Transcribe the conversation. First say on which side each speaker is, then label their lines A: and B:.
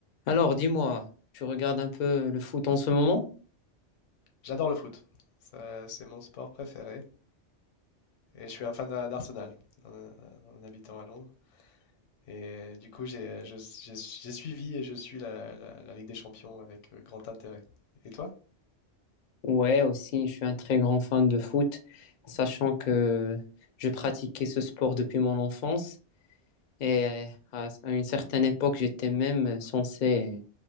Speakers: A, on the left (about 60°); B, on the left (about 80°).
A: Alors, dis-moi, tu regardes un peu le foot en ce moment?
B: J'adore le foot. Ça, C'est mon sport préféré. Et je suis un fan d'A- d'Arsenal, en, en habitant à Londres. Et du coup, j'ai je- j'ai- j'ai suivi et je suis la, la- la Ligue des Champions avec euh, grand intérêt. Et toi?
A: Ouais, aussi, je suis un très grand fan de foot, sachant que je pratiquais ce sport depuis mon enfance et à à une certaine époque, j'étais même censé